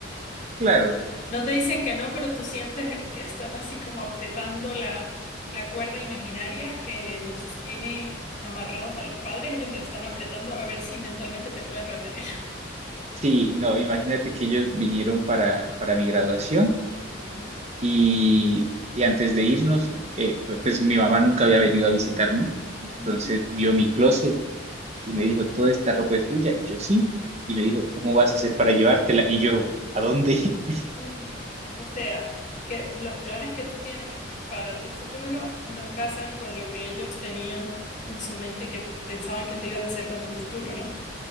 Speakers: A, on the right; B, on the left.
A: Claro,
B: No te dicen que no, pero tú sientes que están así como apretando la, la cuerda imaginaria que nos sostiene amarrados a los padres. Ellos la están apretando a ver si mentalmente te pueden retener.
A: sí, no, imagínate que ellos vinieron para, para mi graduación.
B: Ujú.
A: Y, y antes de irnos, eh, pues mi mamá nunca había venido a visitarme, entonces
B: Mm,
A: vio mi closet y me dijo, toda esta ropa es tuya, y yo sí, y me dijo, ¿cómo vas a hacer para llevártela? Y yo, ¿a dónde? <laughs>
B: mm. O sea, que los planes que tú tienes para tu futuro no casan con lo que ellos tenían en su mente que pensaban que tú ibas a hacer con tu futuro, ¿no?